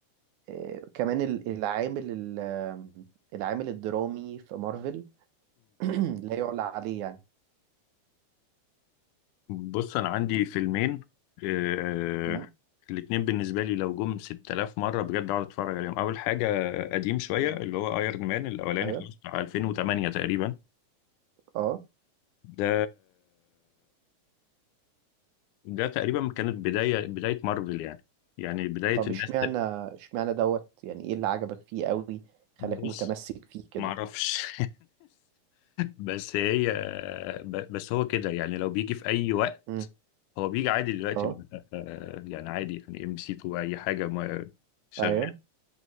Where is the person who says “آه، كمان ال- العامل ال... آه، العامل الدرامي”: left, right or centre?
Right